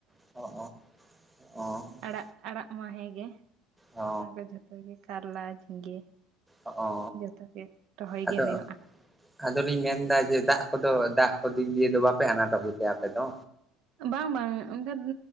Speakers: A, in the centre; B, on the right.
A: <unintelligible>
B: ᱟᱲᱟᱜ ᱟᱲᱟᱜ ᱢᱟ ᱦᱮᱸᱜᱮ᱾
A: ᱚ
B: ᱚᱱᱟ ᱠᱚ ᱡᱷᱚᱛᱚ ᱜᱮ ᱠᱟᱨᱞᱟ ᱡᱷᱤᱸᱜᱟᱹ᱾
A: ᱚ ᱚ
B: ᱡᱚᱛᱚ ᱜᱮ ᱨᱚᱦᱚᱭ
A: ᱟᱫᱚ
B: ᱜᱮ ᱦᱩᱭᱩᱜᱼᱟ ᱾
A: ᱟᱫᱚᱞᱤᱧ ᱢᱮᱱᱫᱟ ᱡᱮ ᱫᱟᱜ, ᱠᱚᱫᱚ ᱫᱟᱜ ᱠᱚ ᱫᱤᱠ ᱫᱤᱭᱮ ᱫᱚ ᱵᱟᱯᱮ ᱟᱱᱟᱴᱚᱠ ᱜᱮᱛᱮ ᱟᱯᱮ ᱫᱚ᱾
B: ᱵᱟᱝ ᱵᱟᱝ ᱚᱝᱠᱟ